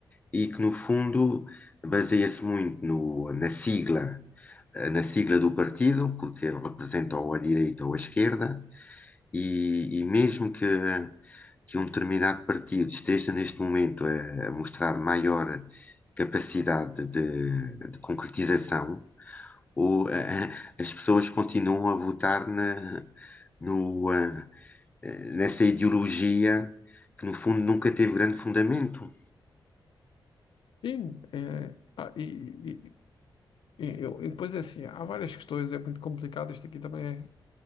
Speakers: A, on the left; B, on the left.
A: e que, no fundo, baseia-se muito no- na sigla eh, na sigla do partido, porque ele representa ou a direita ou a esquerda, e, e mesmo que, que um determinado partido esteja neste momento a, a mostrar maior capacidade de, de concretização, ou, eh, as pessoas continuam a votar na, no, eh, eh, nessa ideologia que, no fundo, nunca teve grande fundamento.
B: Sim, é, ah, e, e- e- eu- e depois é assim, há várias questões, é muito complicado, isto aqui também é,